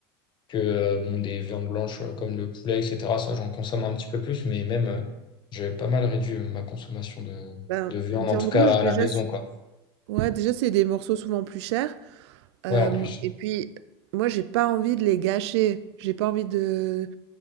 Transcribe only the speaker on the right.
ben,
viande
rouge, déjà,
c'est-
ouais, déjà, c'est des morceaux souvent plus chers. Euh,
et puis, moi, j'ai pas envie de les gâcher. J'ai pas envie de...